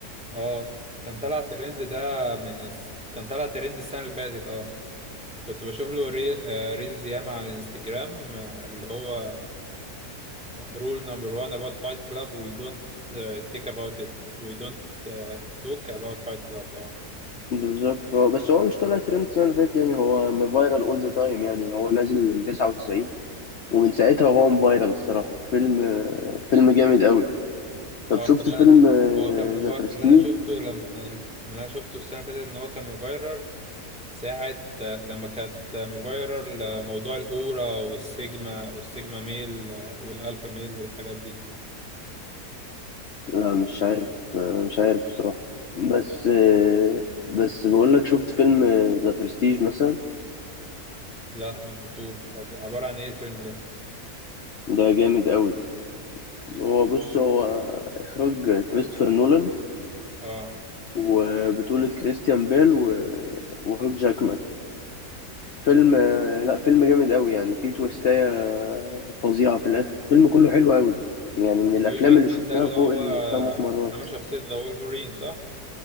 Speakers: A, in the centre; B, on the left.
A: اه كان طلع ترند ده من الس... كان طلع ترند السنة اللي فاتت اه كنت بشوف له ري... آه، ريلز ياما على الانستجرام آه، اللي هو رول نمبر 1 about fight club we don't آه، take about it we don't آه، talk about fight club اه
B: بالظبط هو بس هو مش طالع ترند السنة اللي فاتت يعني هو فايرال أول ذا تايم يعني هو نازل من 99 ومن ساعتها وهو فايرال الصراحة فيلم فيلم جامد أوي طب
A: اه
B: شفت
A: اللي
B: فيلم
A: أنا-
B: آه،
A: هو كان مفا...
B: ذا برستيج
A: اللي انا شفته لما أنا- اللي انا شفته السنة اللي فاتت ان هو كان مفايرل ساعة آه، لما كانت آه، مفايرل آه، موضوع الأورا والسيجما والسيجما ميل آه، والألفا ميل والحاجات دي
B: لا مش عارف آه، مش عارف الصراحة بس
A: اه.
B: آه، بس بقول لك شفت فيلم آه، ذا برستيج مثلا
A: لا ما شفتوش طب عبارة عن ايه الفيلم ده
B: ده جامد قوي هو بص هو اخراج كريستوفر نولان
A: اه
B: وبطولة كريستيان بيل و- وهوك جاكمان فيلم آه، لا فيلم جامد قوي يعني فيه تويستاية آه، فظيعة في الآخر الفيلم كله حلو قوي يعني من الأفلام
A: هيو جاكمان
B: اللي شفتها
A: ده اللي
B: فوق
A: هو
B: الخمس مرات
A: عامل شخصية ذا وولفرين صح